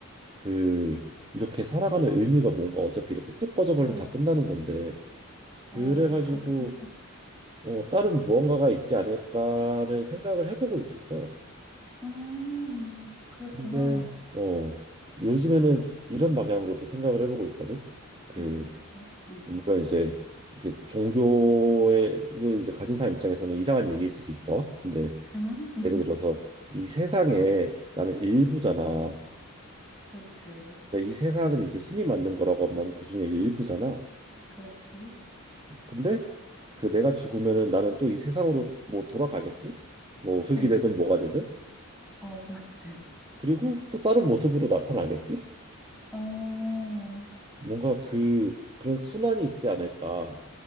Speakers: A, on the right; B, in the centre.
A: 그 이렇게 살아가는 의미가 뭔가 어차피 이렇게 뚝 꺼져버리면
B: 어,
A: 다 끝나는 건데 그래가지고
B: 어, 그렇게 생각할 수 있겠다.
A: 어 다른 무언가가 있지 않을까를 생각을 해보고 있었어.
B: 음, 그렇구나.
A: 근데 어 요즘에는
B: 그-
A: 이런 방향으로도 생각을 해보고 있거든. 그
B: 음, 어떡해. 음,
A: 물론 이제 이게 종교를 이제 가진 사람 입장에서는 이상한 얘기일 수도 있어. 근데
B: 음? <laughs>
A: 예를 들어서 이 세상에 나는 일부잖아.
B: 어, 그렇지.
A: 그러니까 이 세상은 이제 신이 만든 거라고 하면 나는 그중에 일부잖아.
B: 그렇지.
A: 근데 그 내가 죽으면은 나는 또 이 세상으로 뭐 돌아가겠지? 뭐 흙이
B: 어,
A: 되든 뭐가 되든.
B: 어, 그렇지. <laughs>
A: 그리고 또 다른 모습으로 나타나겠지?
B: 어,
A: 뭔가 그 그런 순환이 있지 않을까?